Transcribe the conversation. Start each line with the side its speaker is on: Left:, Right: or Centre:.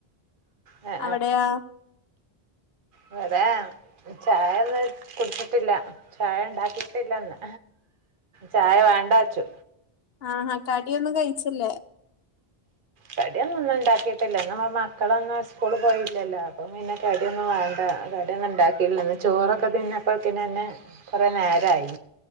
Right: ആ
Left: അവടെയോ
Right: ഇവടെ ചായ ഇന്ന് കുട്ച്ചിട്ടില്ല ചായ ഇണ്ടാക്കിട്ടില്ല ഇന്ന് ചായ വേണ്ടാച്ചു
Left: ആഹാ കടിയൊന്നും കഴിച്ചില്ലേ
Right: കടി ഒന്നും ഇന്ന് ഇണ്ടാക്കിട്ടില്ല ഇന്ന് മക്കളൊന്നും സ്കൂള് പോയില്ലല്ലോ അപ്പം പിന്നെ കടിയൊന്നും വേണ്ട കടിയൊന്നും ഇണ്ടാക്കിയില്ല ഇന്ന് ചോറക്ക തിന്നപ്പോക്ക്നന്നെ കൊറേ നേരായി